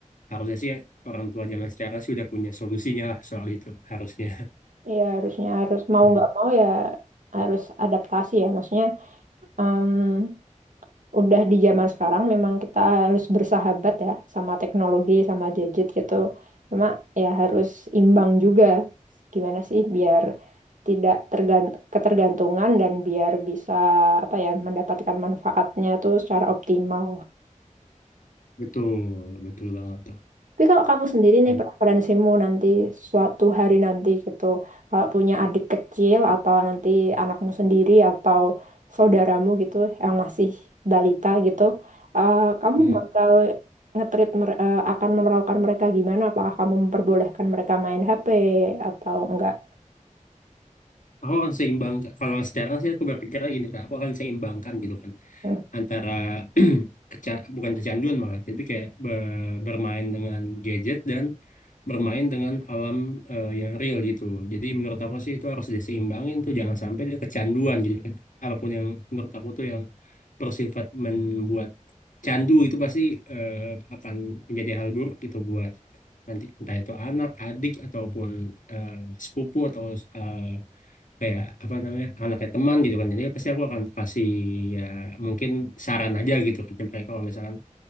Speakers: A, on the left; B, on the right.
A: harusnya sih orang tua zaman sekarang sudah punya solusinya lah soal itu harusnya <laughs>
B: Iya, harusnya harus mau
A: Hmm,
B: nggak mau ya harus adaptasi ya. Maksudnya mmm, udah di zaman sekarang memang kita harus bersahabat ya sama teknologi sama gadget gitu. Cuma ya harus imbang juga. Gimana sih biar tidak tergan- ketergantungan dan biar bisa apa ya mendapatkan manfaatnya tuh secara optimal.
A: betul betul banget tuh
B: Tapi kalau kamu sendiri nih
A: Em-
B: preferensimu nanti suatu hari nanti gitu, kalau punya adik kecil atau nanti anakmu sendiri atau saudaramu gitu yang masih balita gitu, eh, kamu
A: hmm.
B: bakal ngetrit mer- eh, akan memperlakukan mereka gimana? Apakah kamu memperbolehkan mereka main HP atau enggak?
A: aku akan seimbang kalau sekarang sih aku berpikirnya gini kak aku akan seimbangkan gitu kan
B: Hmm,
A: antara <clears throat> keca- bukan kecanduan malah, tapi kayak be- bermain dengan gadget dan bermain dengan alam eh, yang real gitu. Jadi menurut aku sih itu harus diseimbangin tuh, jangan sampai dia kecanduan. Jadi apapun yang menurut aku tuh yang bersifat membuat candu itu pasti eh, akan menjadi hal buruk gitu buat nanti entah itu anak, adik ataupun eh, sepupu atau eh, kayak apa namanya anaknya teman gitu kan jadi pasti aku akan kasih ya mungkin saran aja gitu ke mereka kalau misalkan